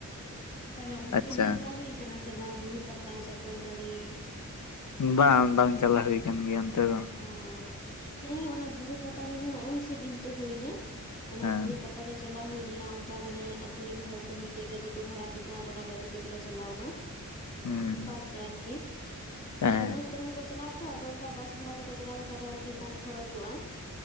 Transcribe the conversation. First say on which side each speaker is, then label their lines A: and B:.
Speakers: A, on the left; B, on the left.
A: ᱛᱟᱦᱞᱮ ᱚᱱᱛᱮ
B: ᱟᱪᱪᱷᱟ
A: ᱫᱚ ᱧᱮᱞ ᱵᱟᱲᱟ ᱦᱩᱭ ᱟᱠᱟᱱᱟ ᱥᱮ ᱵᱟᱝ ᱵᱩᱨᱩ ᱯᱟᱛᱟ ᱪᱟᱠᱚᱞ ᱛᱟᱹᱲᱤ?
B: ᱵᱟᱝ ᱵᱟᱝ ᱪᱟᱞᱟᱣ ᱦᱩᱭ ᱠᱟᱱ ᱜᱮᱭᱟ ᱚᱱᱛᱮ ᱫᱚ᱾
A: ᱚ ᱦᱮᱸ ᱚᱱᱟ ᱵᱩᱨᱩ ᱯᱟᱛᱟ ᱨᱮᱦᱚᱸ ᱦᱚᱸᱜᱼᱚᱭ ᱥᱮᱫᱤᱱ ᱛᱚ ᱦᱩᱭᱱᱟ᱾ ᱚᱱᱟ
B: ᱦᱮᱸ
A: ᱵᱩᱨᱩ ᱯᱟᱛᱟ ᱨᱮ ᱪᱟᱞᱟᱣ ᱦᱩᱭ ᱞᱮᱱᱟ ᱚᱱᱠᱟ ᱢᱟᱱᱮ ᱟᱹᱛᱩ ᱨᱮᱱ ᱦᱚᱲ ᱠᱚ ᱢᱤᱫᱴᱮᱡ ᱜᱟᱹᱰᱤ ᱠᱚ ᱵᱷᱟᱲᱟ ᱠᱮᱫᱟ ᱟᱫᱚ ᱚᱱᱟ ᱜᱟᱹᱰᱤ ᱛᱮᱜᱮ ᱞᱮ ᱪᱟᱞᱟᱣ ᱮᱱᱟ᱾
B: ᱦᱩᱸ
A: ᱵᱟᱥᱛᱮ ᱟᱨᱠᱤ,
B: ᱦᱮᱸ
A: ᱟ ᱫᱚᱢᱮ ᱩᱥᱛᱟᱹᱨ ᱦᱚᱲ ᱠᱚ ᱪᱟᱞᱟᱜᱼᱟ ᱛᱚ ᱟᱫᱚ ᱚᱱᱠᱟ ᱵᱟᱥ ᱵᱷᱟᱲᱟ ᱠᱟᱛᱮ ᱪᱟᱞᱟᱣ ᱞᱮᱠᱷᱟᱡ ᱫᱚ ᱟᱨᱠᱤ ᱠᱚᱢ ᱠᱷᱚᱨᱚᱪᱚᱜᱼᱟ᱾